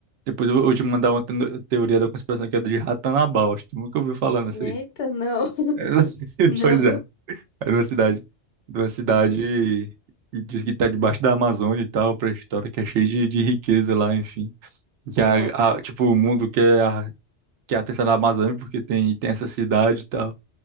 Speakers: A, on the right; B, on the left.
A: Depois eu vou te mandar uma teno- teoria da conspiração que é de Ratanabal. Acho que tu nunca ouviu falar
B: <laughs>
A: nisso
B: Eita,
A: aí.
B: não. <laughs>
A: <laughs>
B: Não.
A: Pois é. É de uma cidade. De uma cidade
B: Uhum.
A: que diz que tá debaixo da Amazônia e tal, pré-história, que é cheia de, de riqueza lá, enfim. Que
B: Nossa.
A: a, a- tipo, o mundo quer a, quer a atenção da Amazônia porque tem, tem essa cidade e tal.